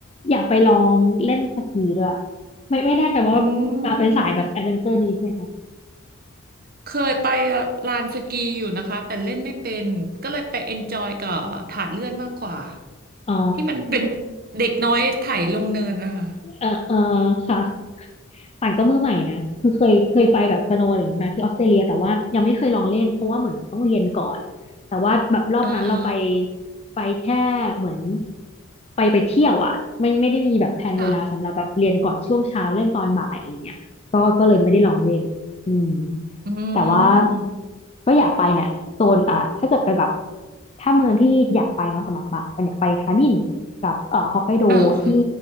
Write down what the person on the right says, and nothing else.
อืมเคยไปลานสกีอยู่นะคะ แต่เล่นไม่เป็น ก็เลยไปเอนจอยกับถาดเลื่อนมากกว่า
ที่มันเป็นเด็กน้อยไถลงเนินนะคะ
<laughs> อ่าอ่า
ค่ะอื
ม
อ่าค่ะ